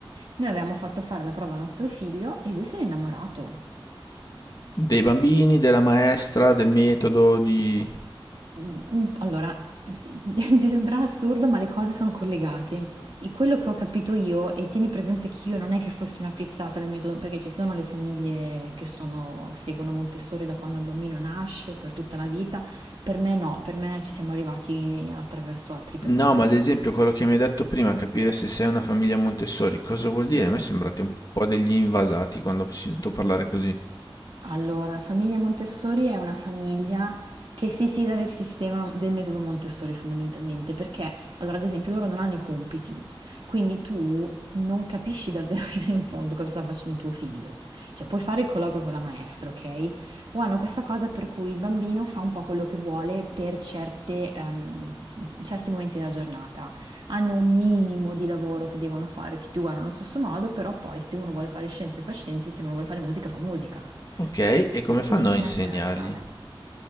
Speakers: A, on the right (about 70°); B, on the left (about 45°).
A: Noi avevamo fatto fare la prova a nostro figlio e lui si era innamorato.
B: Dei bambini, della maestra, del metodo, di...
A: Un- allora, <laughs> ti sembrerà assurdo, ma le cose sono collegate. E quello che ho capito io, e tieni presente che io non è che fossi una fissata del metodo, perché ci sono le famiglie che sono- seguono Montessori da quando il bambino nasce, per tutta la vita, per me no, per me ci siamo arrivati attraverso altri problemi,
B: No, ma ad
A: ecco.
B: esempio quello che mi hai detto prima, capire se sei una famiglia Montessori, cosa vuol dire? A me sembrate un po' degli invasati quando sento parlare così.
A: Allora, la famiglia Montessori è una famiglia che si fida del sistema del metodo Montessori fondamentalmente, perché allora ad esempio loro non hanno i compiti, quindi tu non capisci davvero <laughs> fino in fondo cosa sta facendo tuo figlio. Cioè puoi fare il colloquio con la maestra, ok? O hanno questa cosa per cui il bambino fa un po' quello che vuole per certe, ehm, certi momenti della giornata hanno un minimo di lavoro che devono fare, tutti guardano allo stesso modo, però poi se uno vuole fare scienze fa scienze, se uno vuole fare musica fa musica.
B: Ok, e
A: Segue
B: come fanno
A: l'inclinazione
B: a insegnargli?
A: naturale.